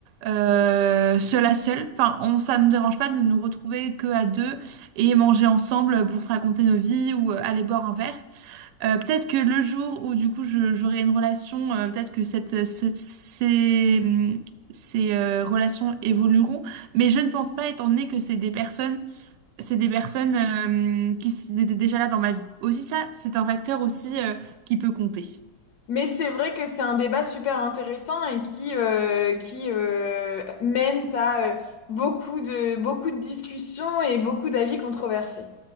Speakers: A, on the right (about 75°); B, on the left (about 65°).
A: euh, seul à seul. Enfin, on, ça ne me dérange pas de nous retrouver que à deux et manger ensemble pour se raconter nos vies ou euh, aller boire un verre. Euh, peut-être que le jour où du coup je- j'aurai une relation, euh, peut-être que cette, cette- ces, hum, ces, euh, relations évolueront, mais je ne pense pas étant donné que c'est des personnes, c'est des personnes euh, qui s- étaient déjà là dans ma vie. Aussi ça, c'est un facteur aussi euh, qui peut compter.
B: Mais c'est vrai que c'est un débat super intéressant et qui, euh, qui euh, mène à euh, beaucoup de, beaucoup de discussions et beaucoup d'avis controversés.